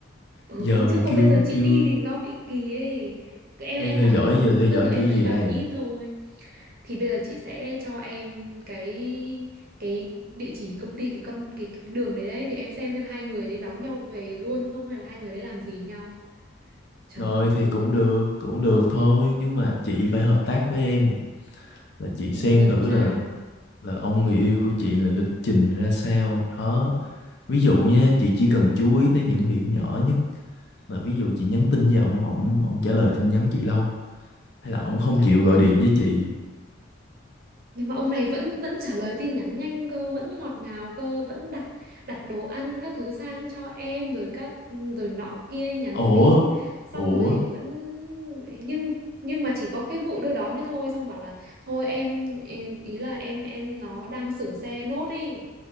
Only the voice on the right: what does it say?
Ừ,
chứ còn
bây giờ chị
đi thì nó bị kỳ ấy. Cái Em
em
gặp
tức là
em
mới gặp
ít thôi. Thì bây giờ chị sẽ cho em cái cái địa chỉ công ty cái con cái, cái đường đấy đấy thì em xem xem hai người đấy đón nhau về luôn không hay là hai người đấy làm gì nhau. Trời
ơi,
giờ
làm sao?
Trời
ơi.
nhưng mà ông này vẫn vẫn trả lời tin nhắn nhanh cơ vẫn ngọt ngào cơ vẫn đặt đặt đồ ăn các thứ sang cho em rồi các rồi nọ kia nhắn
tin xong
rồi vẫn nhưng nhưng mà chỉ có cái vụ đưa đón ấy thôi xong bảo là thôi em, em ý là em em nó đang sửa xe nốt đi